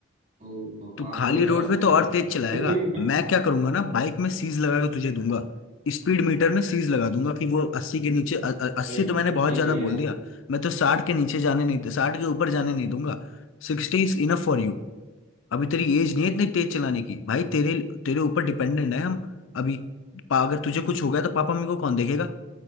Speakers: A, on the right (about 35°); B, on the left (about 65°).
A: वहाँ
B: तू खाली
A: थोड़ी चला
B: रोड
A: सकते
B: में तो
A: हैं
B: और तेज चलाएगा
A: लेकिन मैं-
B: मैं क्या करूंगा ना बाइक में सीज लगा के तुझे दूंगा स्पीड मीटर में सीज लगा दूंगा कि वो अस्सी के नीचे अ- अ- अस्सी
A: अरे नहीं
B: तो मैंने बहुत ज्यादा
A: भैया
B: बोल दिया मैं तो साठ के नीचे जाने नहीं साठ के ऊपर जाने नहीं दूंगा Sixty is enough for you अभी तेरी एज नहीं है इतनी तेज चलाने की भाई तेरे तेरे ऊपर डिपेंडेंट है हम अभी पा- अगर तुझे कुछ हो गया तो पापा मम्मी को कौन देखेगा